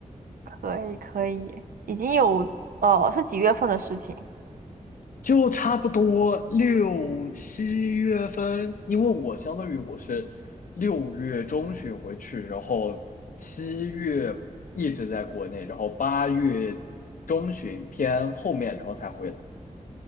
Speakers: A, on the right (about 85°); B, on the left (about 75°).
A: 可以可以，已经有呃是几月份的事情
B: 就差不多六七月份，因为我相当于我是六月中旬回去，然后七月一直在国内，然后八月中旬偏后面，然后才回来。